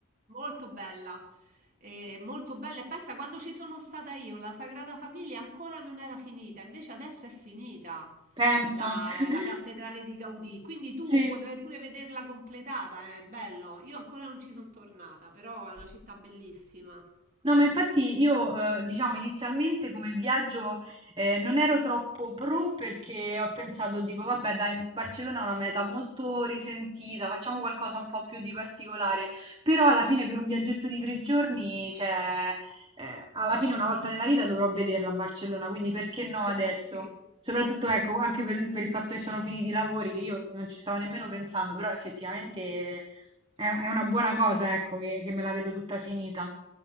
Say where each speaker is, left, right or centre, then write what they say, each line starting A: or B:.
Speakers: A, on the right; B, on the right.
A: molto bella, eh, molto bella. E pensa, quando ci sono stata io, la Sagrada Famiglia ancora non era finita, invece adesso è finita
B: Pensa.
A: la,
B: <laughs>
A: la- la cattedrale di Gaudì, quindi tu
B: Sì.
A: potrai pure vederla completata, è bello. Io ancora non ci sono tornata, però è una città bellissima.
B: No, ma infatti io, eh, diciamo, inizialmente come viaggio eh, non ero troppo pro perché ho pensato, dico, vabbè, dai, Barcellona è una meta molto risentita, facciamo qualcosa un po' più di particolare. Però alla fine per un viaggetto di tre giorni, cioè, eh, alla fine una volta nella vita dovrò vederla a Barcellona, quindi perché no
A: <laughs>
B: adesso?
A: Sì.
B: Soprattutto, ecco, anche per, il per il fatto che sono finiti i lavori, che io non ci stavo nemmeno pensando, però effettivamente è, è una buona cosa, ecco, che che me la vedo tutta finita.